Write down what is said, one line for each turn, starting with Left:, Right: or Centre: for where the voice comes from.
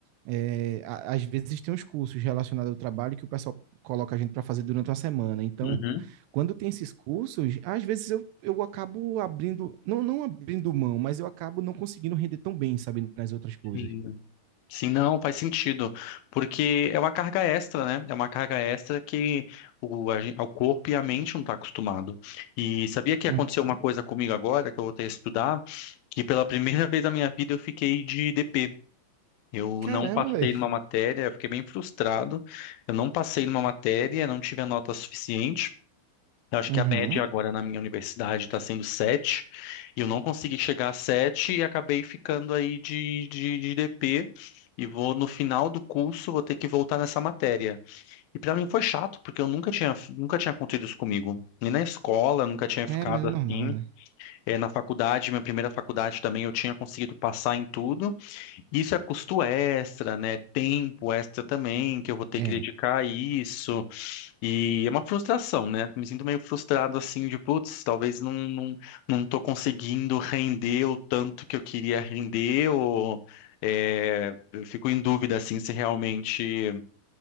Right: é, a- às vezes tem uns cursos relacionados ao trabalho que o pessoal coloca a gente para fazer durante uma semana. Então,
Left: uhum.
Right: quando tem esses cursos, às vezes eu, eu acabo abrindo, não, não abrindo mão, mas eu acabo não conseguindo render tão bem, sabe, nas outras coisas.
Left: Sim. Sim, não, faz sentido, porque é uma carga extra, né? É uma carga extra que o, a, gen- o corpo e a mente não tá acostumado. E sabia que aconteceu
Right: Uhum.
Left: uma coisa comigo agora, que eu vou ter que estudar, que pela <laughs> primeira vez na minha vida eu fiquei de DP. Eu
Right: Caramba,
Left: não passei
Right: velho.
Left: numa matéria, eu fiquei bem frustrado. Eu não passei numa matéria, não tive a nota suficiente. Eu acho
Right: Uhum.
Left: que a média agora na minha universidade está sendo 7, e eu não consegui chegar a 7 e acabei ficando aí de, de, de DP. E vou no final do curso, vou ter que voltar nessa matéria. E para mim foi chato, porque eu nunca tinha, nunca tinha acontecido isso comigo. Nem na escola, eu nunca tinha
Right: É,
Left: ficado
Right: mas é normal,
Left: assim.
Right: né?
Left: Eh, na faculdade, minha primeira faculdade também, eu tinha conseguido passar em tudo. Isso é custo extra, né? Tempo extra também, que eu vou ter
Right: É.
Left: que dedicar a isso. E é uma frustração, né? Me sinto meio frustrado assim de, putz, talvez não, não, não tô conseguindo render o tanto que eu queria render, ou é, eu fico em dúvida assim se realmente.